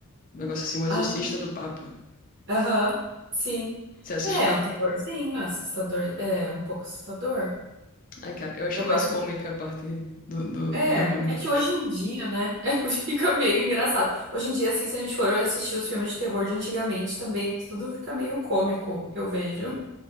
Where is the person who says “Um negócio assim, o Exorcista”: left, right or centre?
Left